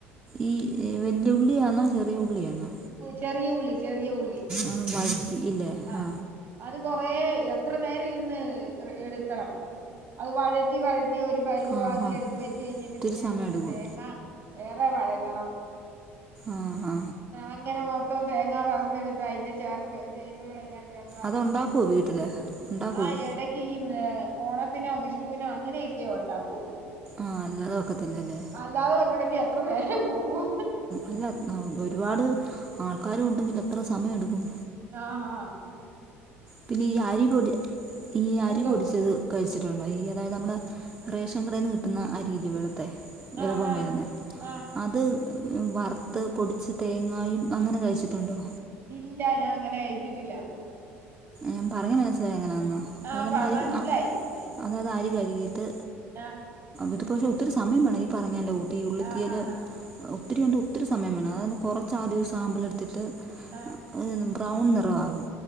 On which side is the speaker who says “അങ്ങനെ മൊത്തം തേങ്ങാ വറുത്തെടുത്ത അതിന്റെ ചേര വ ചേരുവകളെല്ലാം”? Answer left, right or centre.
Right